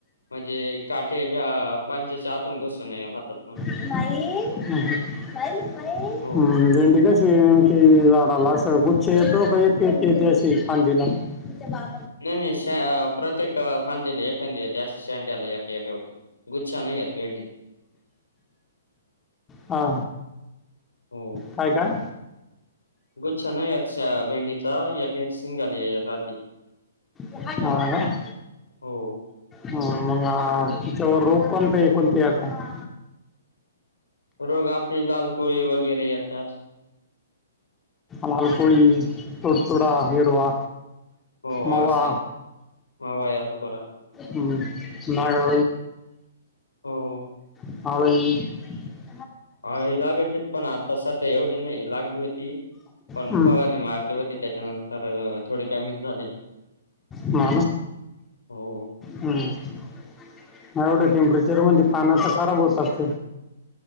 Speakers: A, on the left; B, on the left.
A: म्हणजे काठे बांज्याच्या हतून घसून नाहीय हातातण
B: फई फई फई
A: हो
B: हम्म
A: हो.
B: भेंडी कशी नेमकी झाडाला अस गुच्छ येतो का एक एक येत अशी खांदीला तिथ बा
A: नाही नाही श प्रत्येक फांदीला एखादी त्या शँडला एक उत गुचछ नाही येतलोेंट
B: हा
A: हो
B: काय काय
A: गुच्छा नाही आहेत भेंडीचा या गेट सिंगाली राती
B: हो का ह
A: हो
B: मग त्याच्यावर रोख कोणत कोणते असं
A: रोग आपली लाल कोोळी वगैरे येत
B: लालकळी तुड ुड
A: हो
B: इवा
A: हो
B: मवा
A: असं मावा येतो परत
B: हम्म मळला
A: हो
B: हलाज
A: हा हे लागतच पण आता सध्या एवढी नाही लागली होती पण
B: हं,
A: फवार नाही मारली होती त्याच्यानंतर थोडे कमी झाले
B: ब ना
A: हो
B: हम् एवढं टेम्परेचर म्हणजे पाना तर खराब होत असत